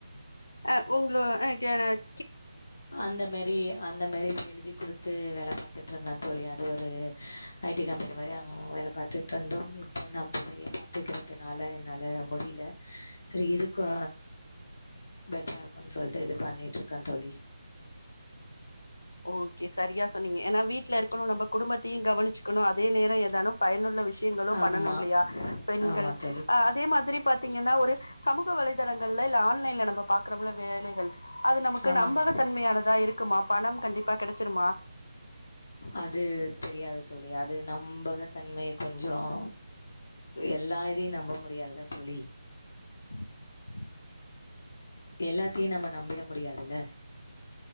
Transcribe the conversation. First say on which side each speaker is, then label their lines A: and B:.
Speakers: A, on the left (about 65°); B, on the left (about 45°).
A: அஹ் உங்கள எனக்
B: அந்த மாரி அந்த மாரி இப்ப எழுதி குடுத்து வேல பாத்துட்டு இருந்தான் தோழி அது ஒரு ஐடி கம்பெனி மாதிரி வேல பாத்துட்டு இருந்தோம் இப்ப நான் புள்ளையை பாத்துக்கிறதுனால என்னால முடியல சரி இதுக்கு பெட்டரா இருக்கும்ன்னு சொல்லிட்டு இது பண்ணிட்டு இருக்கேன் தோழி
A: ஓகே சரியா சொன்னீங்க ஏன்னா வீட்டுல இருக்கணும் நம்ம குடும்பத்தையும் கவனிச்சுக்கணும் அதே நேரம் ஏதானும் பயனுள்ள விஷய ங்களும்
B: ஆமா
A: பண்ணணும் இல்லையா பெண்கள்
B: ஆமா தோழி
A: அதே மாதிரி பாரத்தீங்கன்னா ஒரு சமூக வலைதளங்கள்ல இல்ல ஆன்லைன்ல நம்ம பாக்குறல வேலைகள் அது நமக்கு
B: ஆமாங்
A: நம்பக தன்மையானதா இருக்குமா பணம் கண்டிப்பா கெடச்சிருமா
B: அது தெரியாது தோழி அது நம்பகத்தன்மை கொஞ்சம் எல்லா இதயும் நம்ப முடியாதுல தோழி
A: <inaudible>
B: எல்லாத்தையும் நம்ம நம்பிட முடியாதுல